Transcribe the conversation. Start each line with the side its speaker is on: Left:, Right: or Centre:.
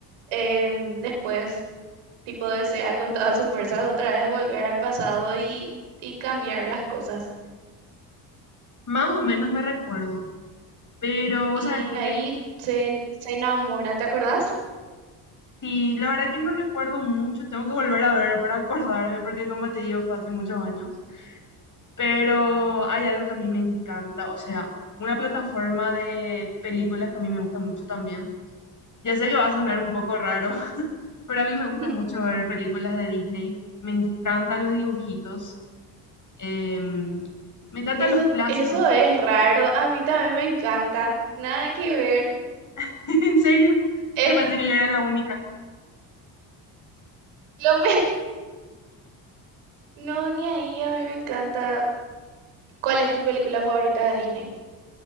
Right: em, después, tipo, desea con todas sus fuerzas otra vez volver al pasado y, y cambiar las cosas.
Left: Más o menos me recuerdo. Pero, ¿vos
Right: Y
Left: sabés
Right: ahí
Left: que
Right: se, se enamora, ¿te acordás?
Left: Sí, la verdad que no recuerdo mucho, tengo que volver a ver para acordarme, porque como te digo, fue hace muchos años, pero hay algo que a mí me encanta, o sea, una plataforma de películas que a mí me gusta mucho también. Ya sé que va a sonar un poco raro, <laughs> pero a mí
Right: <laughs>
Left: me gusta mucho ver películas de Disney, me encantan los dibujitos, em, me encantan
Right: Eso,
Left: los clásicos,
Right: eso es raro. A mí también me encanta. Nada que ver.
Left: <laughs> en serio,
Right: Es
Left: yo pensé que yo era la única.
Right: lo me... <laughs> No, ni ahí. A mí me encanta. ¿Cuál es tu película favorita de Disney?